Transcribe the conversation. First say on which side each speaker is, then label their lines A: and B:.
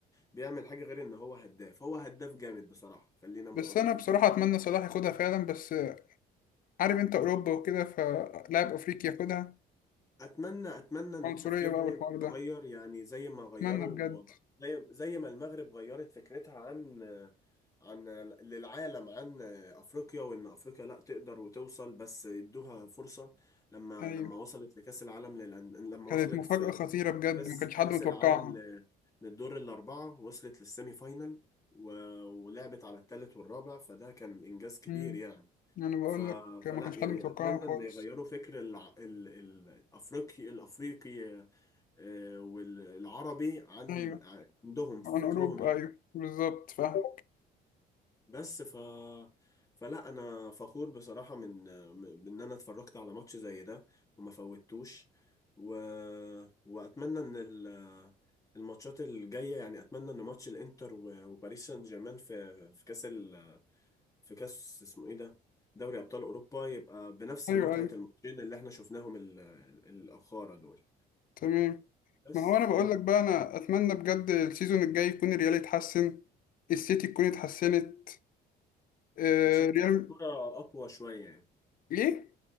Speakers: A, on the left (about 20°); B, on the left (about 55°).
A: بيعمل حاجة غير ان هو هداف هو هداف جامد بصراحة خلينا متفقين
B: بس أنا بصراحة أتمنى صلاح ياخدها فعلا بس عارف أنت أوروبا وكده فلاعب أفريقي ياخدها
A: اتمنى اتمنى ان
B: عنصرية
A: التفكير
B: بقى
A: ده
B: والحوار
A: يبقى متغير
B: ده
A: يعني زي ما غيروا
B: اتمنى بجد
A: زي زي ما المغرب غيرت فكرتها عن عن للعالم عن افريقيا وان افريقيا لا تقدر وتوصل بس ادوها فرصة لما
B: ايوه
A: لما وصلت لكأس العالم للأن... لما
B: كانت
A: وصلت
B: مفاجأة
A: في
B: خطيرة بجد
A: كأس
B: ما كانش حد
A: كأس
B: متوقعها
A: العالم ل... للدور الأربعة وصلت للسيمي فاينل و... ولعبت على الثالث والرابع فده كان إنجاز كبير
B: امم
A: يعني
B: انا بقول
A: ف...
B: لك
A: فلا
B: ما كانش حد
A: يعني
B: متوقعها
A: اتمنى ان
B: خالص
A: يغيروا فكر الع... ال... ال- الافريقي الافريقي آه، والعربي عن
B: ايوه
A: عندهم في
B: عن
A: فكرهم
B: اوروبا
A: يعني
B: ايوه بالظبط فاهم
A: بس ف فلا انا فخور بصراحة من من ان انا اتفرجت على ماتش زي ده وما فوتوش و... واتمنى ان ال... الماتشات الجاية يعني اتمنى ان ماتش الانتر و- وباريس سان جيرمان في في كاس ال... في كاس اسمه ايه ده دوري ابطال اوروبا يبقى بنفس
B: ايوه
A: متعه
B: ايوه
A: الماتشين اللي احنا شفناهم ال- ال- الاخاره دول
B: تمام
A: بس
B: ما هو انا بقول
A: انت
B: لك بقى انا اتمنى بجد السيزون الجاي يكون الريال يتحسن السيتي تكون اتحسنت آه
A: عشان
B: ريال
A: تشوف كرة اقوى شويه يعني
B: ليه